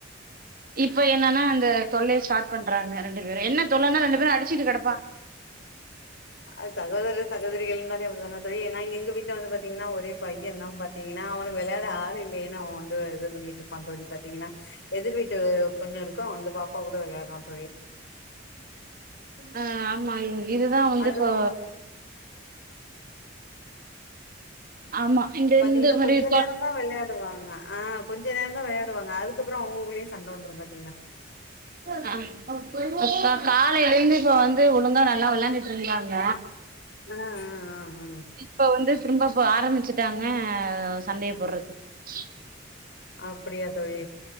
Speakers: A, on the right; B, on the left.
A: இப்ப என்னன்னா அந்த தொல்லைய ஸ்டார்ட் பண்றாங்க ரெண்டு வேற என்னப் தொல்லன்னா ரெண்டு பேரும் அடிச்சுட்டு கெடப்பாங்க
B: ஆ சகோதரர் சகோதரிகள்னாலே அப்டி தானே தோழி ஏன்னா இங்க எங்க வீட்ல வந்து பாத்தீங்கன்னா ஒரே பையன்ந்தா பாத்தீங்கன்னா அவனுக்கு விளையாட ஆள் இல்லயேன்னு அவன் வந்து இது பண்ணிட்டு இருப்பான் தோழி பாத்தீங்கன்னா எதிர் வீட்டு பொண்ணிருக்கும் அந்த பாப்பா கூட வேளையாடுவா தோழி
A: அ அம் ஆமா இதுதா வந்து
B: அதுவு
A: இப்போ ஆமா இந்த
B: பாத்தீங்கன்னா
A: இந்த மாரி
B: கொஞ்ச
A: தொ
B: நேரோந்தா வேளாட் டு வாங்க ஆ கொஞ்ச நேரோதா வேளாடுவாங்க அதுக்கப்றோ அவுங்களுக்குள்ளேய சண்ட வந்துரு பாத்
A: ஆ இப்ப காத் இப்போ எழுந்து இப்போ வந்து ஒழுங்கா நல்லா வேளாண்டுட்டு இருந்தாங்க
B: அ அ அ ஆ
A: இப்ப வந்து திரும்ப இப்போ ஆரம்பிச்சிட்டாங்க ஆ சண்டைய போறதுக்கு கீழ்
B: அப்டியா தோழி